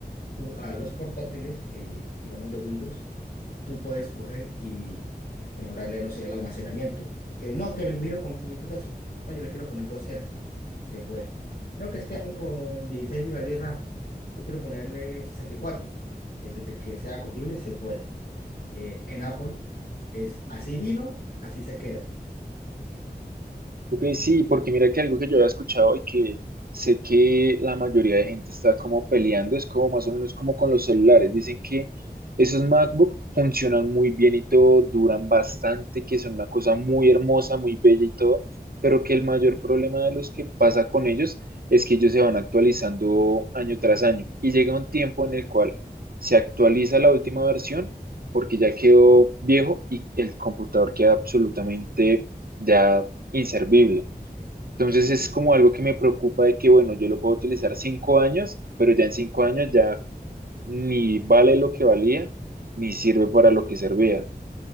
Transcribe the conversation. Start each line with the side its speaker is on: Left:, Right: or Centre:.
Left: tú a los portátiles, eh, digamos de Windows, tú puedes coger y mejorarle, no sé, el almacenamiento. Que no, que me vino con 512, No, yo le quiero poner 2 teras. Se puede. No, que es que con 16 gigas de RAM. Yo quiero ponerle 64. Eh, desde que sea compatible, se puede. Eh, en Apple es así vino, así se queda.
Right: Ok, sí, porque mira que algo que yo había escuchado y que sé que la mayoría de gente está como peleando es como más o menos como con los celulares. Dicen que esos MacBook funcionan muy bien y todo, duran bastante, que son una cosa muy hermosa, muy bella y todo, pero que el mayor problema de los que pasa con ellos es que ellos se van actualizando año tras año y llega un tiempo en el cual se actualiza la última versión porque ya quedó viejo y el computador queda absolutamente ya inservible. Entonces
Left: Sí.
Right: es como algo que me preocupa de que, bueno, yo lo puedo utilizar cinco años, pero ya en cinco años ya ni vale lo que valía, ni sirve para lo que servía.